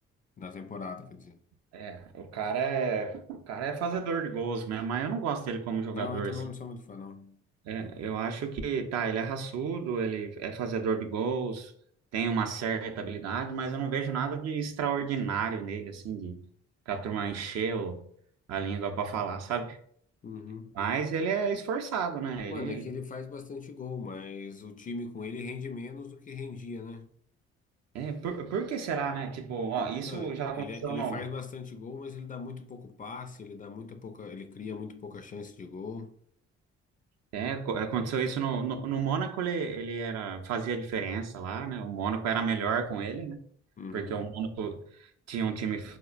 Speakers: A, on the left; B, on the right.
A: na temporada, quer dizer.
B: É, o cara é, o cara é fazedor de gols mesmo, mas eu não gosto dele como jogador,
A: Não, eu também
B: assim.
A: não sou muito fã, não.
B: É, eu acho que tá, ele é raçudo, ele é fazedor de gols, tem uma certa habilidade, mas eu não vejo nada de extraordinário nele, assim, de pra turma encher o- a língua pra falar, sabe?
A: Uhum.
B: Mas ele é esforçado, né? Ele
A: Mano, é que ele faz bastante gol, mas o time com ele rende menos do que rendia, né?
B: é, por, por que será, né? Tipo, ó, isso
A: É,
B: já aconteceu
A: ele, ele
B: no
A: faz bastante gol, mas ele dá muito pouco passe, ele dá muito pouca, ele cria muito pouca chance de gol.
B: é, co- aconteceu isso no, no, no Mônaco, ele, ele era fazia diferença lá, né? O Mônaco era melhor com ele,
A: Uhum,
B: porque o Mônaco tinha um time,